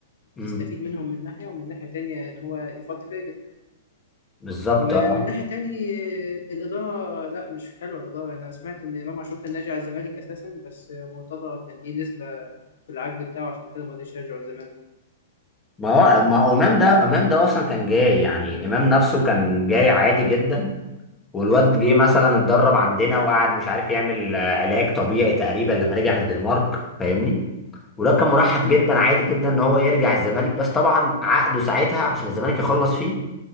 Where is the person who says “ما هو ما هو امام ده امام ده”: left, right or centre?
Left